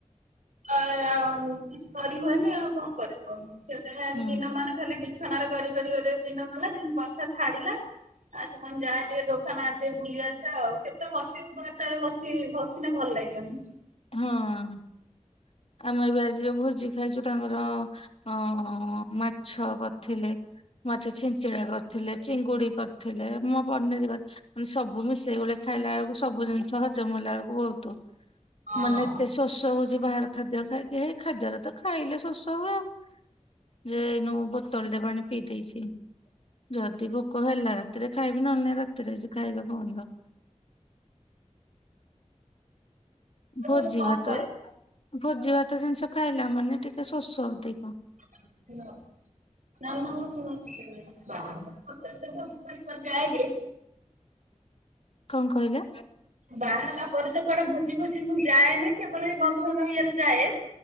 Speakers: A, on the right (about 80°); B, on the left (about 55°).
A: ତ ଏଇଆ ଆଉ କିଛି କରିହୁଏନି ଆଉ କଣ କରିବ ସେଥିପାଇଁ ଆଜି
B: ହୁଁ
A: ଦିନ ମାନ ଖାଲି ବିଛଣାରେ ଗଡି ଗଡି ଗୋଟେ ଦିନ ଗଲା ଯିମତି ବର୍ଷା ଛାଡିଲା ଆଉ ସେଥିପାଇଁ ମୁଁ ଯାହାବି ହେଲେ ହଉ ଦୋକାନ ଆଡେ ଟିକେ ବୁଲି ଆସେ ଆଉ କେତେ ବସିବୁ ଘର ଟାରେ ବସିବି ଭ ସିନା ଭଲ ଲାଗିବନି।
B: ହଁ। ଆମେ ଏବେ ଆଜି ଭୋଜି ଖାଇଛୁ ତାଙ୍କର ଅଁ ମାଛ କରିଥିଲେ ମାଛ ଛିଞ୍ଚେଡା କରିଥିଲେ ଚିଙ୍ଗୁଡି କର ଥିଲେ ମୁଁ ପନିର୍ ଗଛ, ମାନେ ସବୁ ମିଶେଇ ଗଲେ ଖାଇଲା ବେଳକୁ ସବୁ ଜିନିଷ ହଜମ୍ ହେଇଲା ବେଳକୁ ବହୁତୁ,
A: ହଁ।
B: ମାନେ ଏତେ ଶୋଷ ହଉଛି ବାହାର ଖାଦ୍ୟ ଖାଇକି ହେଇ ଖାଦ୍ୟରେ ତ ଖାଇଲେ ଶୋସ ହୁଏ ଆଉ, ଯେ ଏଇନୁ ବୋତଲ ରେ ପାଣି ପିଇ ଦେଇଛି, ଯଦି ଭୋକ ହେଲା ରାତିରେ ଖାଇବି ନହେଲେ ରାତିରେ ଆଜି ଖାଇବା ବନ୍ଦ,
A: ଆଉ
B: ଭୋଜି
A: କଣ
B: ଭାତ
A: କରେ
B: ଭୋଜି ଭାତ ଜିନିଷ ଖାଇଲା ମାନେ ଟିକେ ଶୋଷ ଅଧିକ,
A: ନ <unintelligible> ପଞ୍ଚା <unintelligible>
B: କଁ କହିଲା?
A: ବାହାହେଲା ପରେ ତ କୁଆଡ଼େ ଭୋଜି ଫୋଜି ମୁଁ ଯାଏନି କେବଳ ବି ବନ୍ଧୁବାନ୍ଧବ ଇଏରେ ଯାଏ,